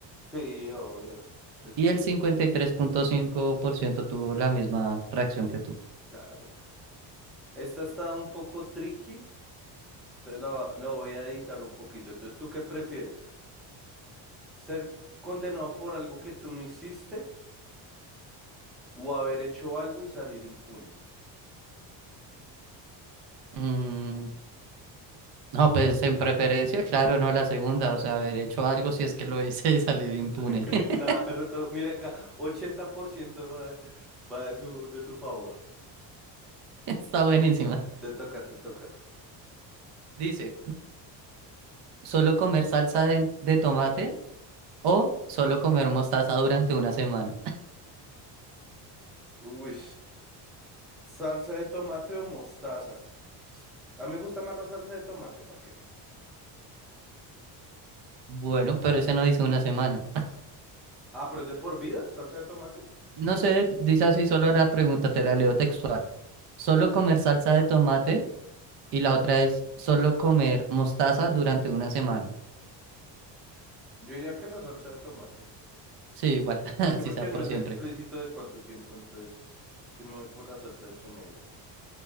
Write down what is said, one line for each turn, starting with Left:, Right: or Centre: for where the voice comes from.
Centre: Sí, obvio. Eso
Right: Y
Centre: sí,
Right: el cincuenta y tres punto cinco por ciento tuvo la misma reacción que tú.
Centre: claro. Esta está un poco tricky, entonces la, la voy a editar un poquito. Entonces, ¿tú qué prefieres? ¿Ser condenado por algo que tú no hiciste o haber hecho algo y salir impune?
Right: Mm, no, pues en preferencia, claro, no la segunda, o sea, haber hecho algo
Centre: Claro.
Right: si es que lo hice y salir impune.
Centre: <laughs>
Right: <laughs>
Centre: Claro, to- mira acá, 80% va de, va de su, de su favor.
Right: Está buenísima.
Centre: Te toca, te toca.
Right: Dice, solo comer salsa de de tomate O solo comer mostaza durante una semana.
Centre: Uy, salsa de tomate o mostaza. A mí me gusta más la salsa de tomate, ¿para qué?
Right: Bueno, pero ese no dice una semana.
Centre: Ah, pero es de por vida, salsa de tomate.
Right: No sé, dice así solo la pregunta, te la leo textual. Solo comer salsa de tomate y la otra es solo comer mostaza durante una semana.
Centre: Yo diría que la salsa de tomate.
Right: Sí, igual, <laughs> así
Centre: Sí, porque
Right: sea por
Centre: no es
Right: siempre.
Centre: explícito de cuánto tiempo, entonces sí me voy por la salsa de chomeira.